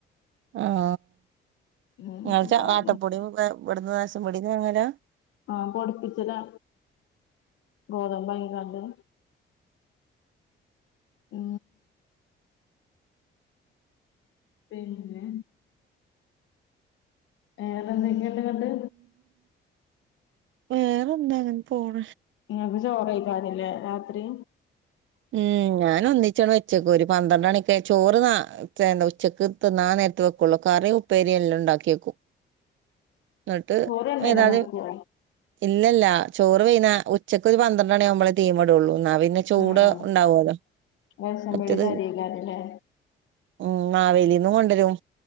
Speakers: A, on the right; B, on the left.
A: ആഹ
B: ഉം
A: ങ്ങ
B: അപ്പൊ അങ്ങനെ
A: ആട്ടപ്പൊടിയും ഇവിടന്ന് നശം പൊടന്ന് അങ്ങല്ലോ
B: ആഹ പൊടിിപ്പിച്ചട്ട ഗോതമ്പ ഭയ കാാണ്ട് ആ പിന്നെ വേറെ എന്തൊക്കെയുണ്ട് ഇങ്ങട്ട്
A: വേറെൊന്താ അങ്ങനെ പോണ
B: ഇങ്ങക്ക് ചോറയിക്കാരല്ലേ രാത്രി
A: ഉം ഞാൻ ഒന്നിച്ചാണ് വെച്ചേക്ക ഒരു പന്ത്ര മണിക്ക് ചോറ്ാ എന്താ ഉച്ചക്ക് തിന്നാ വെക്കുള്ള കാറി ഉപ്പേരിയല്ല ഉണ്ടാക്കിയേക്കും എന്നിട്ട്
B: ചോറ് കൊണ്ടരാൻ
A: ഏതാത്
B: നിക്കുവോ
A: ഇല്ലല്ല ചോറ് പെയന ഉച്ചക്ക് ഒരു പന്ത്രണ്ട മണിയ ആവുമ്പോളേ തീമടള്ളൂ എന്നാ പിന്നെ ചൂട്
B: ആഹ് ആഹ്
A: ഉണ്ടാവല്ലോ
B: റേഷൻ
A: മറ്റത്
B: പീടിയത്തെ അരിയായിക്കാരല്ലേ
A: ഉ മാവേലി ന്നും കൊണ്ടരും